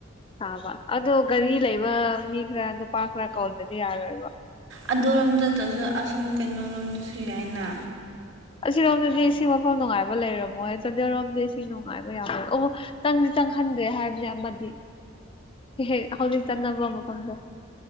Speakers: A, on the left; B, on the right.
A: ꯆꯥꯕ ꯑꯗꯣ ꯒꯥꯔꯤ ꯂꯩꯕ ꯃꯤ ꯈꯔ ꯅꯨꯄꯥ ꯈꯔ ꯀꯥꯎꯗ꯭ꯔꯗꯤ ꯌꯥꯔꯣꯏꯕ
B: ꯑꯗꯨꯔꯣꯝꯗꯁꯨ ꯑꯁꯣꯝ ꯀꯩꯅꯣꯔꯣꯝꯗꯁꯨ ꯌꯥꯏꯅ
A: ꯑꯁꯤꯔꯣꯝꯗꯗꯤ ꯏꯁꯤꯡ ꯃꯐꯝ ꯅꯨꯡꯉꯥꯏꯕ ꯂꯩꯔꯝꯃꯣꯏ ꯆꯟꯗꯦꯜꯔꯣꯝꯗ ꯏꯁꯤꯡ ꯅꯨꯡꯉꯥꯏꯕ ꯌꯥꯝ ꯂꯩ ꯑꯣ ꯆꯪꯗꯤ ꯆꯪꯍꯟꯗ꯭ꯔꯦ ꯍꯥꯏꯕꯅꯦ ꯑꯃꯗꯤ ꯍꯦꯛ ꯍꯧꯖꯤꯛ ꯆꯠꯅꯕ ꯃꯐꯝꯗ